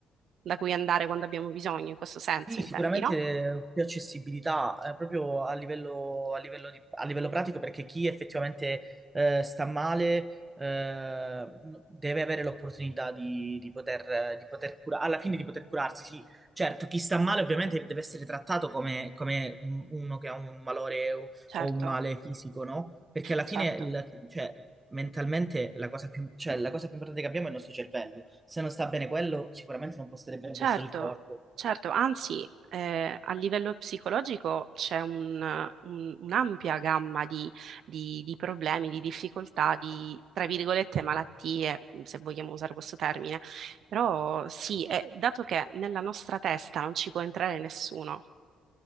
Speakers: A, on the right; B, on the right.
A: da cui andare quando abbiamo bisogno, in questo senso,
B: Sì,
A: intendi,
B: sicuramente
A: no?
B: eh, più accessibilità, eh, proprio a livello, a livello di- a livello pratico, perché chi effettivamente eh, sta male eh, deve avere l'opportunità di, di poter, di poter cura- alla fine di poter curarsi, sì. Certo, chi sta male ovviamente deve essere trattato come, come un- uno che ha un malore o,
A: Certo,
B: o un male fisico, no? Perché alla
A: certo.
B: fine, il- cioè, mentalmente la cosa più, cioè, la cosa più importante che abbiamo è il nostro cervello. Se non sta bene quello, sicuramente non può stare bene
A: Certo,
B: il resto del corpo.
A: certo, anzi, eh, a livello psicologico c'è un- un- un'ampia gamma di, di- di problemi, di difficoltà, di, tra virgolette, malattie, se vogliamo usare questo termine. Però sì, eh, dato che nella nostra testa non ci può entrare nessuno,